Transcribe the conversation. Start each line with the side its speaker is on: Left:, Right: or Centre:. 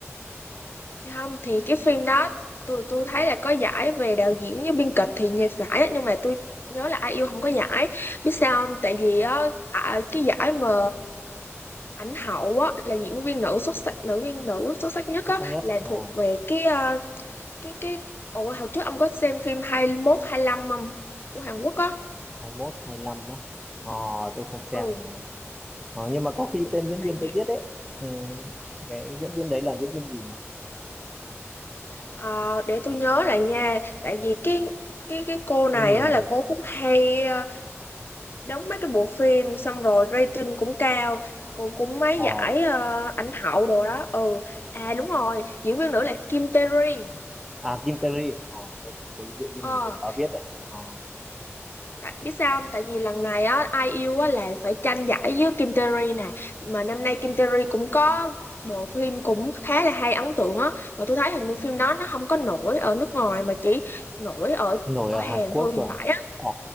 Left: Thì không thì cái phim đó tôi tôi thấy là có giải về đạo diễn với biên kịch thì nhiều giải á, nhưng mà tôi nhớ là ai yêu không có giải biết sao không tại vì á à, cái giải mà ảnh hậu á là diễn viên nữ xuất sắc nữ viên nữ xuất sắc nhất
Centre: xuất
Left: á
Centre: sắc nhất
Left: là
Centre: đúng
Left: thuộc
Centre: rồi
Left: về cái ờ, cái cái ủa hồi trước ông có xem phim 21 lăm không của Hàn Quốc á
Centre: hai mốt hai 25 á. Ờ, tôi không xem
Left: ừ
Centre: rồi. Ờ, nhưng mà có khi
Left: ừ,
Centre: tên diễn
Left: tại
Centre: viên
Left: vì
Centre: tôi biết đấy. Ừ, cái diễn viên đấy là diễn viên gì nhỉ?
Left: ờ, để tôi nhớ lại nha tại vì cái cái cái cô này
Centre: Cái người
Left: á là
Centre: được.
Left: cô cũng hay ờ, đóng mấy cái bộ phim xong rồi rating cũng cao cũng cũng mấy
Centre: Ờ,
Left: giải ờ, ảnh hậu đồ đó ừ à đúng rồi diễn viên nữ là Kim Tae Ri
Centre: à Kim Tae-ri. Ờ, tôi, cái diễn viên
Left: ờ
Centre: này tôi có biết đấy. Ờ,
Left: tại, biết sao không tại vì lần này á ai yêu á là phải tranh giải với Kim Tae Ri nè mà năm nay Kim Tae Ri cũng có bộ phim cũng khá là hay ấn tượng á mà tôi thấy hình như phim đó nó không có nổi ở nước ngoài mà chỉ nổi ở
Centre: nổi
Left: ở
Centre: ở
Left: Hàn
Centre: Hàn Quốc
Left: thôi thì
Centre: rồi.
Left: phải á
Centre: Ờ,